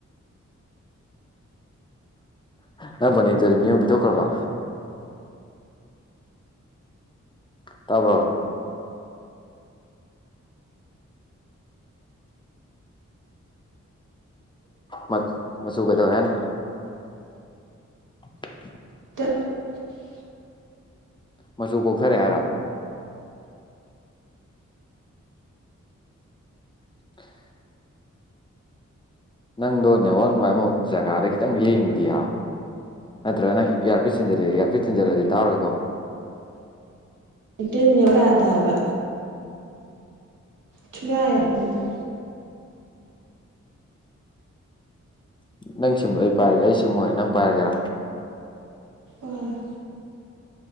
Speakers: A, on the left; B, on the right.
A: ꯅꯪ ꯐꯅꯦꯛꯇꯨꯗꯤ ꯃꯤꯉꯣꯟ ꯄꯤꯊꯣꯛꯈ꯭ꯔꯥꯕ? ꯇꯥꯕ꯭ꯔꯣ? ꯃꯠ ꯃꯆꯨ ꯀꯩꯗꯧꯋꯦ ꯍꯥꯏꯅꯣ꯫ <inaudible>
B: ꯇꯠ <unintelligible>
A: ꯃꯆꯨ ꯀꯣꯛꯊꯔꯦ ꯍꯥꯏꯔꯣ꯫ <inaudible> ꯅꯪꯗꯣ ꯅꯦꯠꯋꯥꯛ ꯅꯨꯡꯉꯥꯏꯕꯃ ꯖꯒꯥꯗ ꯈꯤꯇꯪ ꯂꯦꯡꯕꯗꯤ ꯌꯥꯝꯅꯦ꯫ ꯅꯠꯇ꯭ꯔꯥꯒ ꯅꯪ ꯏꯌꯔ ꯄꯤꯠꯊꯤꯟꯖꯤꯜꯂꯤ ꯏꯌꯔ ꯄꯤꯠ ꯊꯤꯟꯖꯜꯂꯗꯤ ꯇꯥꯔꯣꯏꯀꯣ꯫
B: <unintelligible> ꯅꯦꯠꯋꯥꯛ ꯌꯥꯗꯦ ꯍꯥꯏꯕ ꯁꯨꯡꯌꯥꯗ <unintelligible>
A: ꯅꯪ ꯁꯤꯝꯗꯣ ꯑꯩ ꯄꯥꯏꯔꯒꯦ ꯑꯩ ꯁꯤꯝꯑꯣꯏꯅ ꯅꯪ ꯄꯥꯏꯔꯒꯦꯔꯥ꯫
B: ꯑꯥ <inaudible>